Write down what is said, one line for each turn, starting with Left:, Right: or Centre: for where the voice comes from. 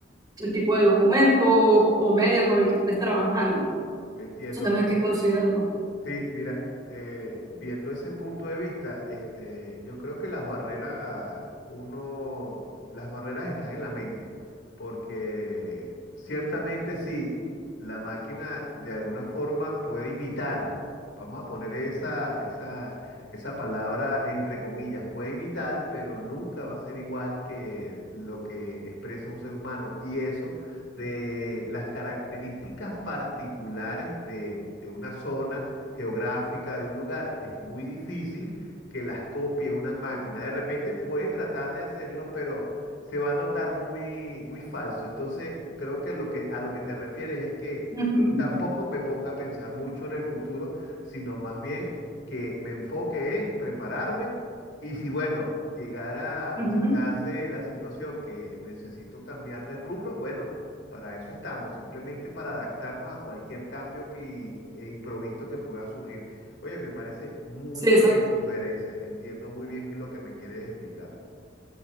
Right: el tipo de documento o, o medio con el que estés trabajando.
Left: ¿Me entiendo,
Right: Eso también
Left: Fri?
Right: hay que considerarlo.
Left: Sí, mira, eh, viendo ese punto de vista, este, yo creo que las barreras, uno, las barreras están en la mente, porque ciertamente sí, la máquina de alguna forma puede imitar, vamos a poner esa, esa, esa palabra entre comillas, puede imitar, pero nunca va a ser igual que lo que expresa un ser humano, y eso de las características particulares de de una zona geográfica de un lugar, es muy difícil que las copie una máquina. De repente puede tratar de hacerlo, pero se va a notar muy, muy falso. Entonces, creo que, lo que a lo que te refieres es que
Right: Ujú,
Left: tampoco me ponga a pensar mucho en el futuro, sino más bien que me enfoque en prepararme y si, bueno, llegara a
Right: ujú.
Left: presentarse la situación que necesito cambiar de rubro, bueno, para eso estamos, simplemente para adaptarnos a cualquier cambio que, e improviso que pueda surgir. Oye, me parece muy
Right: Sí,
Left: buena
Right: exacto.
Left: tu sugerencia. Entiendo muy bien lo que me quieres explicar.